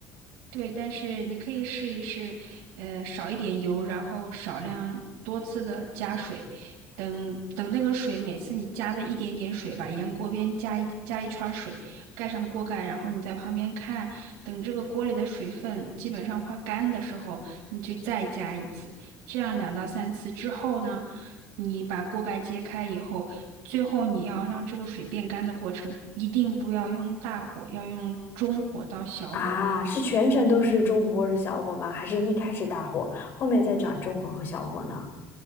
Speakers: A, on the right (about 85°); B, on the left (about 45°).
A: 对，但是你可以试一试，呃，少一点油，然后少量多次的加水，等等那个水，每次你加的一点点水吧，沿锅边加一加一圈儿水，盖上锅盖，然后你在旁边看，等这个锅里的水分基本上快干的时候，你去再加一次，这样两到三次之后呢，你把锅盖揭开以后，最后你要让这个水变干的过程，一定不要用大火，要用中火到小火。
B: 啊，是全程都是中火或者小火吗？还是一开始大火，后面再转中火和小火呢？